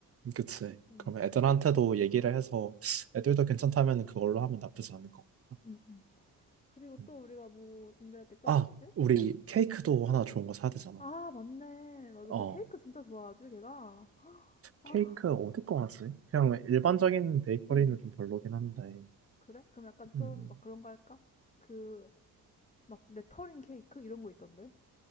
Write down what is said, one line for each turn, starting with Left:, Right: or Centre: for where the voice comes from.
Right: 그치.
Left: 음.
Right: 그러면 애들한테도 얘기를 해서 애들도 괜찮다면 그걸로 하면 나쁘지 않을 것 같다.
Left: 음. 그리고
Right: 음.
Left: 또 우리가 뭐 준비할 게 또
Right: 아,
Left: 뭐 있지?
Right: 우리
Left: 어.
Right: 케이크도 하나 좋은 거 사야 되잖아.
Left: 아, 맞네. 맞아.
Right: 어.
Left: 걔 케이크 진짜 좋아하지, 걔가. 아,
Right: 케이크 어디 거 하지? 그냥 일반적인 베이커리는
Left: 음.
Right: 좀 별로긴 한데.
Left: 그래? 그럼 약간
Right: 음.
Left: 좀 막 그런 거 할까? 그, 막 레터링 케이크 이런 거 있던데?